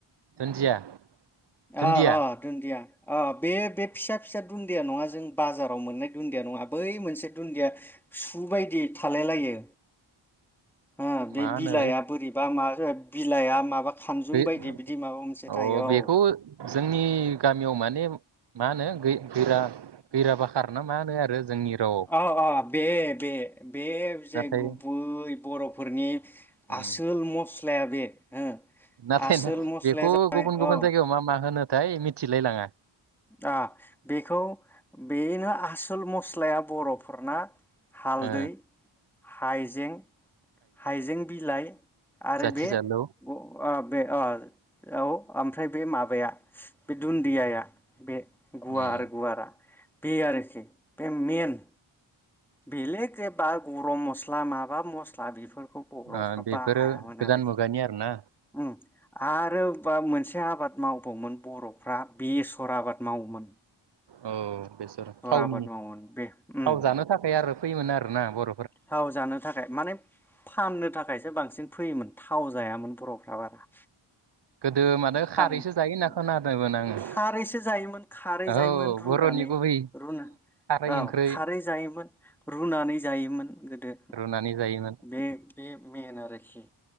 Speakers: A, on the right; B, in the centre.
A: दुन्दिया दुन्दिया
B: अ अ दुन्दिया अ बे बे फिसा फिसा दुन्दिया नङा जों बाजाराव मोननाय दुन्दिया नङा बै मोनसे दुन्दिया सु बायदि थालाय लायो हो बे
A: मा होनो
B: बिलाइआ बोरैबा मा जाथ बिलाइआ माबा खानजुं
A: बे
B: बायदि बिदि माबा मोनसे
A: अ
B: थायो
A: बेखौ
B: औ
A: जोंनि गामियाव माने मा होनो गै गैरा गैराबाखारना ना मा होनो आरो जोंनि रावआव
B: अ अ बे बे बेजे
A: नाथाय
B: गुबै बर'फोरनि
A: उम
B: आसोल मस्लाया बे हो
A: नाथाय
B: आसोल
A: नोंथां
B: मस्लाया
A: बेखौ
B: जाबाय
A: गुबुन
B: औ
A: गुबुन जायगायाव मा मा होनो थाय मिथिलाय लाङा
B: आ बेखौ बेनो आसोल मस्लाया बर'फोरना हालदै
A: ओ
B: हायजें हाइजें बिलाइ आरो
A: जाथि
B: बे अ
A: जालौ
B: ओब बे अ औ ओमफ्राय बे माबाया बे दुन्दियाया बे गुवार
A: उम
B: गुवारा बे आरोखि बे मेन बेलग एबा गरम मस्ला माबा मस्ला बेफोरखौ बर'फ्रा
A: ओ बेफोरो
B: बाहायामोन
A: गोदान
B: आरोखि।
A: मुगानि आरोना
B: उम आरो बा मोनसे आबाद मावबावोमोन बर'फ्रा बेसर आबाद मावोमोन।
A: औ बेसर थावनि,
B: आबाद मावोमोन बे उम
A: थाव जानो थाखाय आरो फैयोमोन आरोना बर'
B: थाव जानो थाखाय माने फाननो थाखाय। बांसिन फैयोमोन थाव जायामोन बर' फ्रा बारा
A: गोदो माथो
B: फान
A: खारैसो जायो होनना खोनादोंमोन
B: <inaudible>
A: आङो
B: खारैसो जायोमोन खारै
A: औ
B: जायोमोन रुनानैु
A: बर'नि गुबै
B: रुना-
A: खारै
B: औ
A: ओंख्रै
B: खारै जायोमोन रुनानै जायोमोन गोदो
A: रुनानै जायोमोन
B: बे बे मेन आरोखि